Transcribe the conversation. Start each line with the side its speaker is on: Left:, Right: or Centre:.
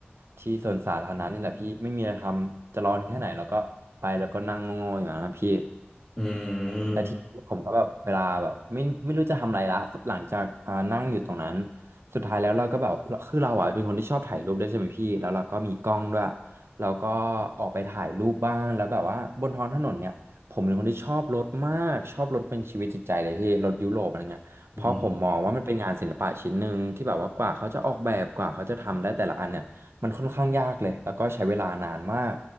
Right: ที่สวนสาธารณะนี่แหละพี่ไม่มีอะไรทำจะร้อนแค่ไหนแล้วก็ไปแล้วก็นั่งโง่ๆอยู่นะพี่
Left: อืม
Right: และที่ผมก็แบบเวลาแบบไม่ไม่รู้จะทำอะไรละหลังจากอ่านั่งอยู่ตรงนั้นสุดท้ายแล้วเราก็แบบคือเราอ่ะเป็นคนที่ชอบถ่ายรูปด้วยใช่ไหมพี่แล้วเราก็มีกล้องด้วยเราก็ออกไปถ่ายรูปบ้างแล้วแบบว่าบนท้องถนนเนี่ยผมเป็นคนที่ชอบรถมากชอบรถเป็นชีวิตจิตใจเลยพี่รถยุโรปอะไรเงี้ย เพราะผมมองว่ามันเป็นงานศิลปะชิ้นหนึ่งที่แบบว่ากว่าเขาจะออกแบบกว่าเขาจะทำได้แต่ละอันเนี่ยมันค่อนข้างยากเลยแล้วก็ใช้เวลานานมาก
Left: อืม